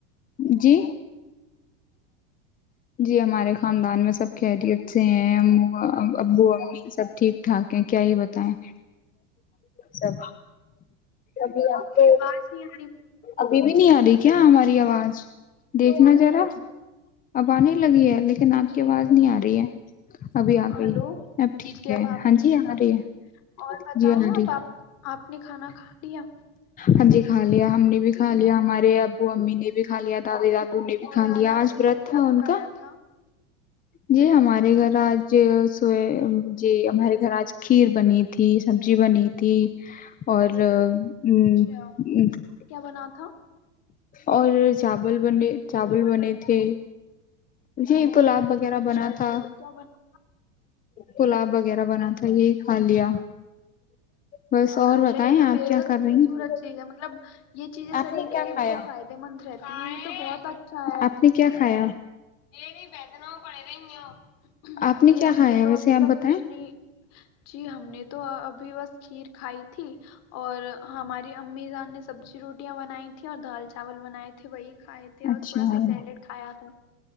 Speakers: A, on the left; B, on the left.
A: جی جی ہمارے خاندان میں سب خیریت سے ہیں ابو امی سب ٹھیک ٹھاک ہیں کیا ہی بتائیں سب ابھی آپ کو
B: کی آواز نہیں آ رہی
A: ابھی بھی نہیں آ رہی کیا ہماری آواز دیکھنا را آپ پانی لگی ہے لیکن آپ
B: جی
A: کی آواز نہیں آ رہی ہے ابھی آ
B: ہلو
A: گئی اب ٹھیک
B: جی
A: ہے
B: اب آپ
A: ہاں
B: کی
A: جی
B: بھی
A: آ رہی
B: گئی
A: ہے
B: اور بتائیں
A: جی آ
B: اب
A: رہی
B: آپ آپ نے کھانا کھا لیا
A: ہاں جی ک لیا ہم نے بھی کھا لیا ہمارے ابو امی نے بھی بھی کا لیا دادی دادو نے بھی
B: اور
A: کھا لیا
B: آپ
A: آج
B: کے
A: رت
B: گھر کیا پکایا
A: کا
B: تھا
A: جی ہمارے گھر آج سو جی ہمارے گھر آج کھیر بنی تھی سبزی بنی تھی اور ہوں
B: اچھا
A: ہ
B: کیا بنا تھا
A: اور چاول بنے چاول بنے تھے جی گلاب وغیرہ
B: اچھا
A: بنا
B: جی
A: تھا
B: اور کیا بنا
A: پلاب وغیرہ بنا تھا یہی کھا لیا بس اور
B: اچھا
A: بتائیں
B: یہ تو
A: آپ
B: بےحد
A: کیا کر
B: خوبصورت
A: رہی ہیں
B: چیز ہے مطلب یہ چیزیں
A: آپ
B: شریر
A: نے کیا
B: کے لیے
A: کھایا
B: بڑی فائدے مند رہتی ہیں یہ تو بہت اچھا ہے
A: آپ نے کیا کھایا
B: یہ نہیں رہ
A: آپ
B: جی
A: کیا
B: ہم
A: کھایا
B: نے تو
A: ویسے
B: ابھی
A: آپ
B: تک
A: بتائیں
B: کچھ نہیں جی ہم نے تو ابھی بس کھیر کھائی تھی اور ہماری امی جان نے سبزی روٹیاں بنائی تیں اور دال چاول بنائے تھے وہی کھائے تھے اور
A: اچھا
B: تھوڑا سا
A: ہے
B: سیلیڈ کھایا تھا